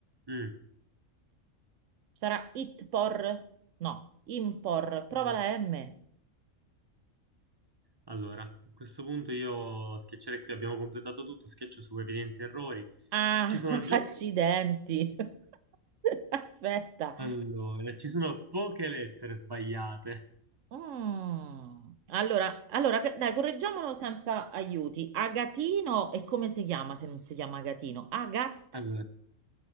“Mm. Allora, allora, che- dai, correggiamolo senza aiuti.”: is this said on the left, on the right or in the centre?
Right